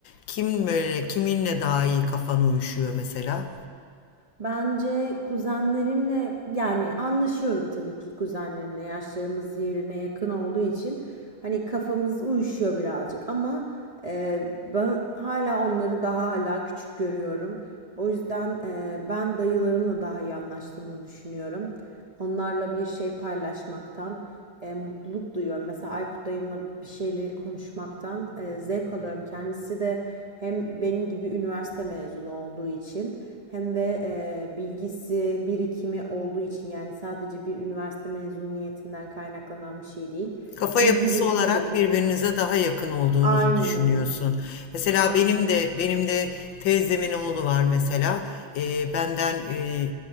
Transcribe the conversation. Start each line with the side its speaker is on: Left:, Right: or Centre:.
Left: Kim böyle kiminle daha iyi kafan uyuşuyor mesela?
Right: Bence kuzenlerimle yani anlaşıyorum tabii ki kuzenlerimle yaşlarımız birbirine yakın olduğu için hani kafamız uyuşuyor birazcık ama e, ben hala onları daha hala küçük görüyorum. O yüzden e, ben dayılarımla daha iyi anlaştığımı düşünüyorum. Onlarla bir şey paylaşmaktan e, mutluluk duyuyorum. Mesela Aykut dayımla bir şeyleri konuşmaktan e, zevk alıyorum. Kendisi de hem benim gibi üniversite mezunu olduğu için hem de e, bilgisi, birikimi olduğu için yani sadece bir üniversite mezuniyetinden kaynaklanan bir şey değil.
Left: Kafa
Right: Bilgi
Left: yapısı
Right: birikimi
Left: olarak
Right: de çok.
Left: birbirinize daha yakın olduğunuzu
Right: Aynen
Left: düşünüyorsun.
Right: öyle.
Left: Mesela
Right: Aynen
Left: benim
Right: öyle.
Left: de benim de teyzemin oğlu var mesela. Ee, benden e,